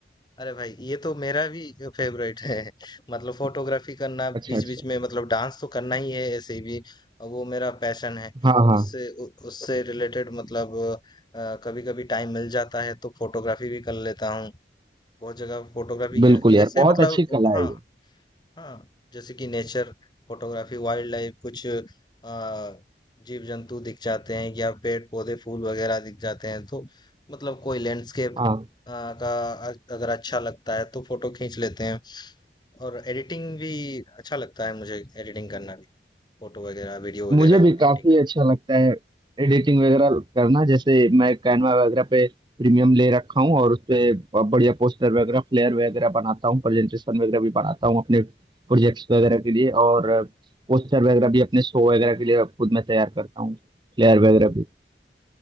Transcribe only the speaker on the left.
अरे भाई ये तो मेरा भी फेवरेट है <laughs> मतलब फोटोग्राफी करना
बीच
बीच में मतलब डांस तो करना ही है ऐसे भी और वो मेरा पैशन है
उससे उ, उससे रिलेटेड मतलब कभी कभी टाइम मिल जाता है तो फोटोग्राफी भी कर लेता हूँ बहुत जगह फोटोग्राफी किया
ऐसे
मतलब
हाँ
हाँ जैसे कि नेचर फोटोग्राफी वाइल्ड लाइफ कुछ आ, जीव जंतु दिख जाते हैं या पेड़ पौधे फूल वगैरह दिख जाते हैं तो मतलब कोई लैंडस्केप
का अ- अगर अच्छा लगता है तो फोटो खींच लेते हैं और एडिटिंग भी अच्छा लगता है मुझे एडिटिंग करना भी फोटो वगैरह वीडियो वगैरह
एडिटिंग करना